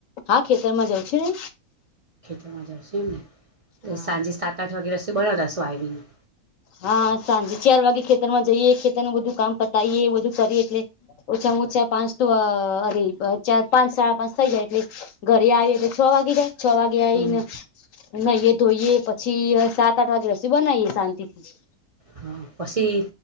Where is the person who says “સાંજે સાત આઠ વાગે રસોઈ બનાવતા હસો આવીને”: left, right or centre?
Right